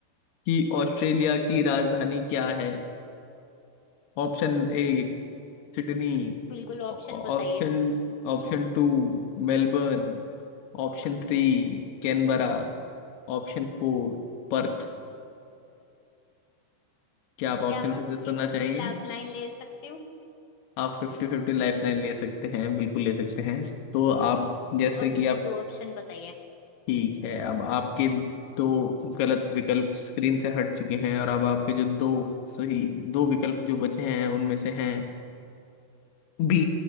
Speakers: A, on the left; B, on the left.
A: कि ऑस्ट्रेलिया की राजधानी क्या है Option A Sydney
B: बिल्कुल ऑप्शन
A: Option
B: बताइए
A: option two Melbourne Option three Canberra Option four Perth क्या आप ऑप्शन
B: क्या मैं
A: फिर
B: फिफ्टी
A: से सुनना
B: फिफ्टी
A: चाहेंगे
B: लाइफ लाइन ले सकती हूँ
A: आप फिफ्टी फिफ्टी लाइफ लाइन ले सकते हैं बिल्कुल ले सकते हैं तो आप जैसे
B: तो अब
A: कि
B: मुझे
A: आप
B: दो ऑप्शन बताइए
A: ठीक है अब आपके दो गलत विकल्प स्क्रीन से हट चुके हैं और अब आपके जो दो सही दो विकल्प जो बचे हैं उनमें से हैं बी